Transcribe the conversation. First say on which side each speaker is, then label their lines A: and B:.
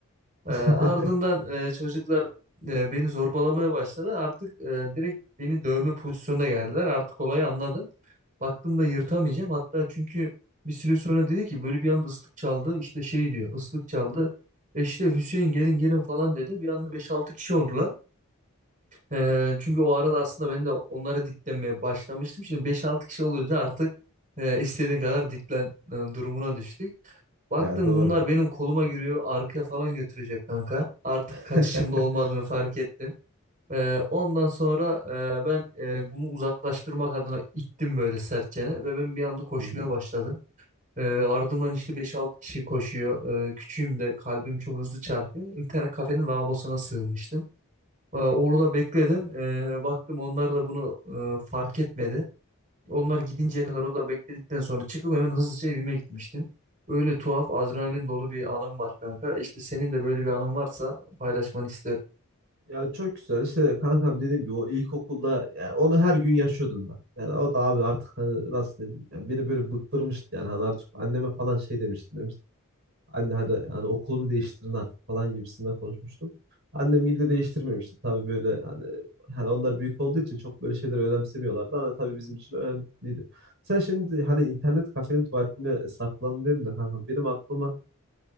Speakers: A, on the right (about 35°); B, on the right (about 55°).
A: ee,
B: <laughs>
A: ardından e, çocuklar e, beni zorbalamaya başladı. Artık e, direkt beni dövme pozisyonuna geldiler. Artık olayı anladım. Baktım da yırtamayacağım. Hatta çünkü bir süre sonra dedi ki böyle bir anda ıslık çaldı. İşte şey diyor ıslık çaldı. E işte Hüseyin gelin gelin falan dedi. Bir anda beş altı kişi oldular. Ee, çünkü o arada aslında ben de onlara diklenmeye başlamıştım. Şimdi beş altı kişi olunca artık e, istediğin kadar diklen e, durumuna düştük. Baktım
B: Ya doğru.
A: bunlar benim koluma giriyor, arkaya falan götürecek kanka. Artık
B: <laughs>
A: kaçışımda olmadığını fark ettim. Ee, ondan sonra e, ben e, bunu uzaklaştırmak adına ittim böyle sertçene ve ben bir anda koşmaya
B: Hı hı.
A: başladım. Ee, ardımdan işte beş altı kişi koşuyor. Ee, küçüğüm de kalbim çok hızlı çarpıyor. İnternet kafenin lavabosuna sığınmıştım. Ee, Orada bekledim. Ee, baktım onlar da bunu e, fark etmedi. Onlar gidinceye kadar o da bekledikten sonra çıkıp hemen hızlıca evime gitmiştim. Öyle tuhaf adrenalin dolu bir anım var kanka. İşte senin de böyle bir anın varsa paylaşmanı isterim.
B: Ya çok güzel işte kankam dediğim gibi o ilkokulda yani onu her gün yaşıyordum ben. Yani o da abi artık hani nasıl diyeyim yani beni böyle bıktırmıştı yani hani artık anneme falan şey demiştim demiştim. Anne hadi hani okulumu değiştirin artık falan gibisinden konuşmuştum. Annem gille değiştirmemişti tabii böyle hani, hani onlar büyük olduğu için çok böyle şeyleri önemsemiyorlardı ama tabii bizim için önemliydi. Sen şimdi hani internet kafenin tuvaletinde saklandın dedin de kankam benim aklıma